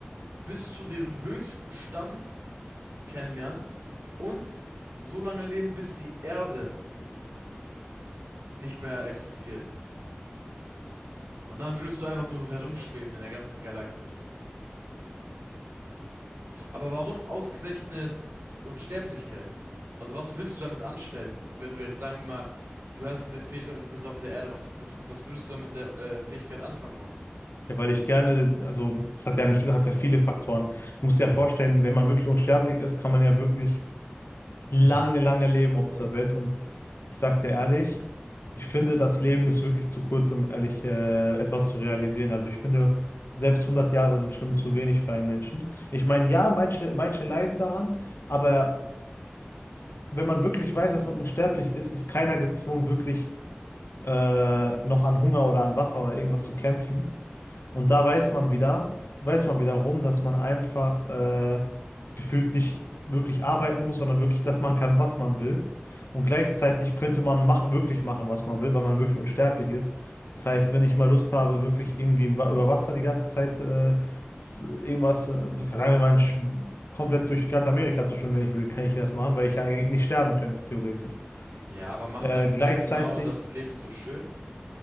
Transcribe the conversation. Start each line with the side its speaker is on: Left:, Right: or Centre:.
Right: bis zu diesem höchsten Stand kennenlernen und so lange leben, bis die Erde nicht mehr existiert. Und dann würdest du einfach nur so herumschweben in der ganzen Galaxis. Aber warum ausgerechnet Unsterblichkeit? Also was willst du damit anstellen, wenn du jetzt sagen wir mal, du hast diese Fähigkeit und du bist auf der Erde, was was was würdest du damit der äh, Fähigkeit anfangen wollen?
Left: Ja, weil ich gerne, also das hat ja, hat ja viele Faktoren. Du musst dir ja vorstellen, wenn man wirklich unsterblich ist, kann man ja wirklich lange, lange leben auf dieser Welt. Und ich sag dir ehrlich, ich finde, das Leben ist wirklich zu kurz, um ehrlich äh, etwas zu realisieren. Also ich finde, selbst 100 Jahre sind schon zu wenig für einen Menschen. Ich meine, ja, manche, manche leiden daran, aber wenn man wirklich weiß, dass man unsterblich ist, ist keiner gezwungen, wirklich äh, noch an Hunger oder an Wasser oder irgendwas zu kämpfen. Und da weiß man wieder, weiß man wiederum, dass man einfach äh, gefühlt nicht wirklich arbeiten muss, sondern wirklich, dass man kann, was man will. Und gleichzeitig könnte man mach, wirklich machen, was man will, weil man wirklich unsterblich ist. Das heißt, wenn ich mal Lust habe, wirklich irgendwie im Wa- über Wasser die ganze Zeit äh, s- irgendwas, äh, sagen wir mal, sch- komplett durch ganz Amerika zu schwimmen, wenn ich will, kann ich das machen, weil ich ja nicht sterben könnte, theoretisch.
Right: Ja, aber macht
Left: Äh,
Right: das
Left: gleichzeitig,
Right: nicht genau das Leben so schön?